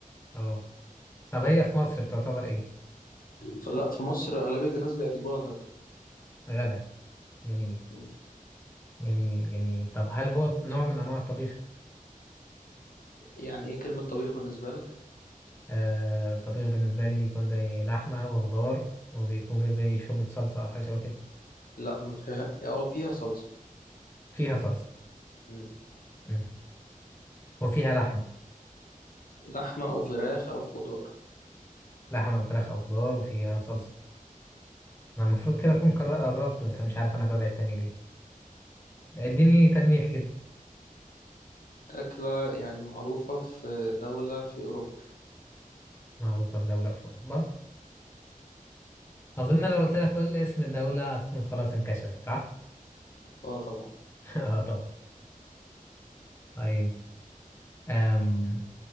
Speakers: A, on the left; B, on the left.
A: اه طب هي في مصر بتعتبر إيه؟
B: فلا في مصر أغلبية الناس بيعتبروها غدا
A: غدا جميل
B: مم.
A: جميل جميل طب هل هو نوع من أنواع الطبيخ؟
B: يعني إيه كلمة طبيخ بالنسبة لك؟
A: آه، الطبيخ بالنسبة لي بيكون زي لحمة وخضار وبيكون فيه زي شوربة صلصة أو حاجة شبه كده
B: لا ما فيها أو فيها صلصة
A: فيها صلصة
B: مم.
A: مم. وفيها لحمة
B: لحمة أو فراخ أو خضار
A: لحمة وفراخ أو خضار وفيها صلصة أنا المفروض كده أكون قر- قربت بس مش عارف أنا ببعد تاني ليه اديني تلميح كده
B: أكلة يعني معروفة في دولة في أوروبا
A: معروفة بدولة في أوروبا أظن لو قلت لك قول لي اسم الدولة هتكون خلاص انكشفت صح؟
B: أه طبعا
A: <laughs> اه طبعا طيب أم...